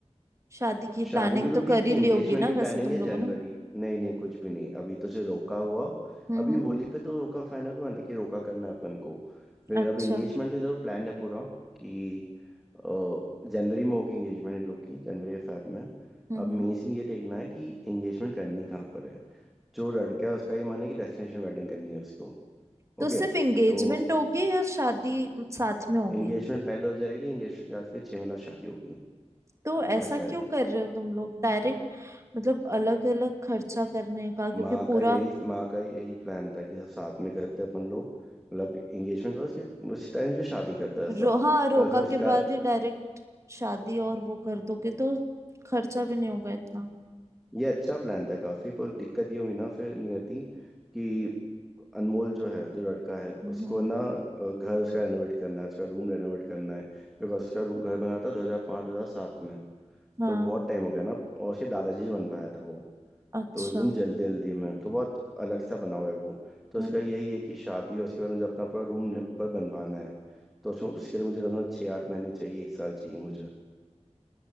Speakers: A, on the right; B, in the centre.
A: शादी की प्लानिंग
B: शादी की
A: तो
B: तो ठीक
A: कर ही
B: है
A: ली
B: एंगेजमेंट
A: होगी ना
B: की प्लानिंग
A: वैसे तुम
B: है
A: लोगों
B: जनवरी
A: ने
B: नहीं नहीं कुछ भी नहीं अभी तो सिर्फ रोका हुआ
A: हम्म
B: अभी
A: हम्म
B: होली पे तो रोका फाइनल हुआ लेकिन रोका करना है अपन को फिर
A: अच्छा
B: अब एंगेजमेंट का जरूर प्लान है पूरा कि अ, जनवरी में होगी एंगेजमेंट इन लोग की जनवरी या फेब में
A: हम्म
B: अब मेन
A: हम्म
B: सीन ये देखना है कि एंगेजमेंट करनी कहाँ पर है जो लड़का है उसका ये माने कि डेस्टिनेशन वेडिंग करनी है उसको
A: तो
B: ओके
A: सिर्फ एंगेजमेंट
B: तो
A: होगी या शादी साथ में होगी
B: एंगेजमेंट पहले हो जाएगी एंगेजमेंट के बाद फिर छह महीना शादी होगी
A: तो ऐसा
B: ऐसा
A: क्यों
B: है
A: कर रहे हो तुम लोग डायरेक्ट मतलब अलग अलग खर्चा करने का क्योंकि
B: माँ
A: पूरा
B: का यही माँ का यही प्लान था कि सब साथ में करते अपन लोग मतलब एंगेजमेंट का उसके उसी टाइम से शादी कर दिया सब
A: रो हाँ रोका
B: पर फिर उसका
A: के बाद ही डायरेक्ट शादी और वो कर दोगे तो खर्चा भी नहीं होगा इतना
B: ये अच्छा प्लान था काफी पर दिक्कत ये हुई ना फिर नियति कि अनमोल जो है जो लड़का है
A: हम्म
B: उसको ना अ, घर उसका रेनोवेट करना है उसका रूम रेनोवेट करना है बिकॉज उसका रूम घर बना था दो हजार पाँच दो हजार सात में
A: हाँ
B: तो बहुत टाइम हो गया ना और उसके दादाजी ने बनवाया था वो
A: अच्छा
B: तो एकदम जल्दी जल्दी में तो बहुत अलग सा बना हुआ है वो तो उसका
A: हम्म
B: यही है कि शादी है उसके बाद मुझे अपना पूरा रूम ऊपर बनवाना है तो उसमें उसके लिए मुझे कम से कम छः आठ महीने चाहिए एक साल चाहिए मुझे